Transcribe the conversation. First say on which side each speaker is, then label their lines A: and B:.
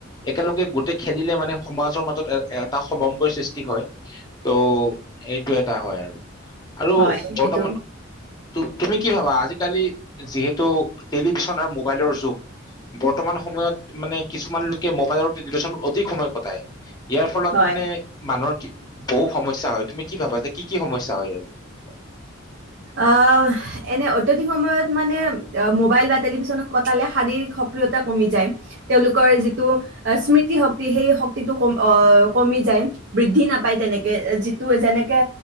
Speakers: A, on the left; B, on the right.
A: একেলগে গোটেই খেলিলে মানে সমাজৰ মাজত এ এটা সমম্বয়ৰ সৃষ্টি হয়। ত' এইটো এটা হয় আৰু আৰু
B: হয়
A: বৰ্তমান
B: এইটো
A: ত তুমি কি ভাবা আজিকালি যিহেতু টেলিভিশন আৰু মোবাইলৰ যুগ বৰ্তমান সময়ত মানে কিছুমান লোকে মোবাইলৰ টেলভেশ্যনত অধিক সময় কটায় ইয়াৰ ফলত
B: হয়
A: মানে মানুহৰ কি বহু সমস্যা হয় তুমি কি ভাবা যে কি কি সমস্যা হয় আৰু <inaudible>
B: অ', এনে অত্যাধিক সময়ত মানে মোবাইল বা টেলিভিশ্যনত কটালে, শাৰীৰিক সক্ৰিয়তা কমি যায়। তেওঁলোকৰ যিটো স্মৃতি শক্তি, সেই শক্তিটো কম অ' কমি যায়। বৃদ্ধি নাপাই তেনেকে, যিটো যেনেকে